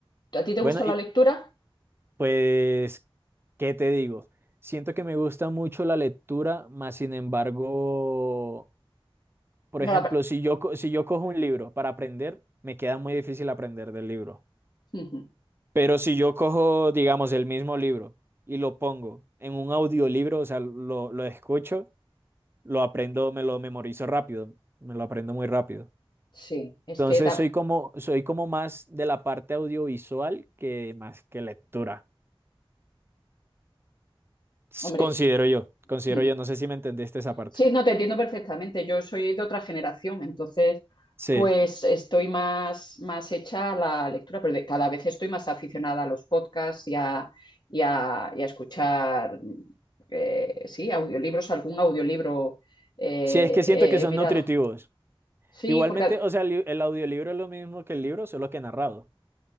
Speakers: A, on the left; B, on the right.
A: ¿A ti te gusta
B: Bueno,
A: la
B: y
A: lectura?
B: Pues, ¿qué te digo? Siento que me gusta mucho la lectura, más sin embargo, por
A: No
B: ejemplo,
A: la... pra-
B: si yo, co- si yo cojo un libro para aprender, me queda muy difícil aprender del libro.
A: Ujú.
B: Pero si yo cojo, digamos, el mismo libro y lo pongo en un audiolibro, o sea, lo, lo escucho, lo aprendo, me lo memorizo rápido, me lo aprendo muy rápido.
A: Sí, es
B: Entonces,
A: que, ta-
B: soy como, soy como más de la parte audiovisual que más que lectura. S-
A: hombre,
B: Considero yo, considero
A: ujú.
B: yo, no sé si me entendiste esa parte.
A: sí, no te entiendo perfectamente. Yo soy de otra generación, entonces,
B: Sí,
A: pues estoy más, más hecha a la lectura, pero de- cada vez estoy más aficionada a los podcasts y a, y a, y a escuchar, eh, sí, audiolibros, algún audiolibro eh,
B: sí, es que siento
A: he
B: que son
A: he mirado.
B: nutritivos.
A: Sí,
B: Igualmente,
A: porque
B: o sea, el, li- el audiolibro es lo mismo que el libro, solo que narrado.